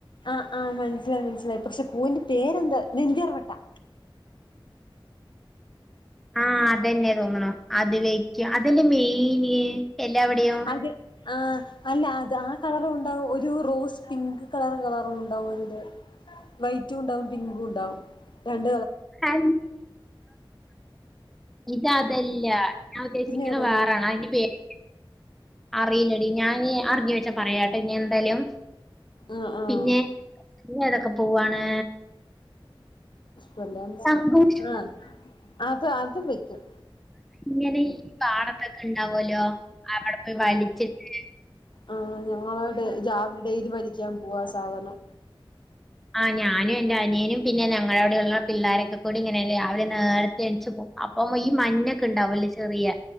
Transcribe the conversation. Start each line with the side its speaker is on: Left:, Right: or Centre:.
Left: ആഹ് ആഹ് മനസ്സിലായി മനസ്സിലായി പക്ഷെ പൂവിന്റെ പേരെന്താ നെന്തിറവട്ടാ
Centre: ആഹ അതെന്നെ തോന്നണ അത് വെക്കും അതല്ലേ മെയിന് എല്ലാവിടെയും
Left: അത് ആ അല്ല അത് ആ കളറ ഉണ്ടാവും ഒരു റോ പിങ്ക് കളർ കളറ ഉണ്ടാവും അതില് വൈറ്റും ഉണ്ടാവും പിങ്കും ഉണ്ടാവും ര
Centre: അ ഇത അതല്ല ഞാൻ ഉദ്ദേശിക്കുന്നത്
Left: പിന്നെ ഏതാണ്
Centre: വേറൊണ് അതിന്റെ പേര് അറിയില്ലടി ഞാൻ അറിഞ്ഞ പ പറയാട്ടെ ഇനി എന്തായാലും
Left: ആഹ് ആഹ്
Centre: പിന്നെ ഇ ഏതൊക്കെ പോവാണ്
Left: ല്ല
Centre: തങ്കൂസ്
Left: ആഹ അത് അത് വെക്കും
Centre: ഇങ്ങനെ ഈ പാടത്തൊക്കെ ഇണ്ടാവല്ലോ അവിടെ പോയി വലിച്ചിട്ട്
Left: ആ ഞങ്ങള രാവിലെ ഡെൽ വലിക്കാൻ പോവാ സാധനം
Centre: ആ്ഞാനും എൻന്റെ അനിയനും പിന്നെ ഞങ്ങളുടെ അവിടെയള്ള പിള്ളോരൊക്കെ ൂടി ഇങ്ങനെല്ലേ അവര് നേരത്തെ എണച്ച്ു പോും അപ്പം ഈ മഞ്ഞൊക്കെ ഉണ്ടാവലേ ചെറിയ